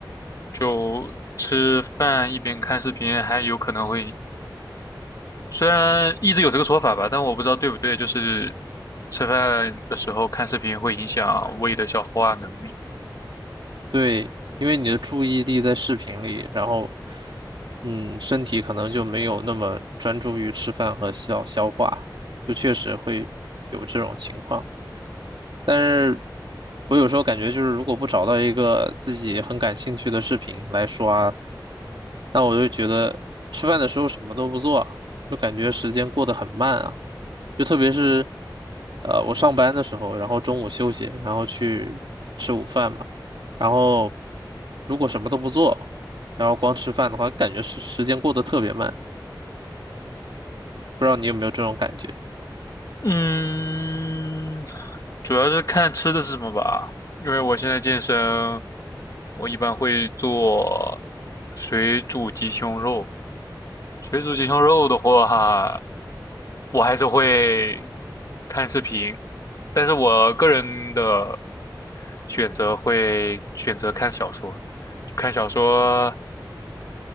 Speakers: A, on the left; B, on the right.
A: 就吃饭一边看视频，还有可能会，虽然一直有这个说法吧，但我不知道对不对，就是吃饭的时候看视频会影响胃的消化能力。
B: 对，因为你的注意力在视频里，然后，嗯，身体可能就没有那么专注于吃饭和消消化，就确实会有这种情况。但是我有时候感觉就是如果不找到一个自己很感兴趣的视频来刷，那我就觉得吃饭的时候什么都不做，就感觉时间过得很慢啊。就特别是，呃，我上班的时候，然后中午休息，然后去吃午饭嘛，然后如果什么都不做，然后光吃饭的话，感觉时时间过得特别慢。不知道你有没有这种感觉？
A: 嗯，主要是看吃的是什么吧，因为我现在健身，我一般会做水煮鸡胸肉。水煮鸡胸肉的话，我还是会看视频，但是我个人的选择会选择看小说，就看小说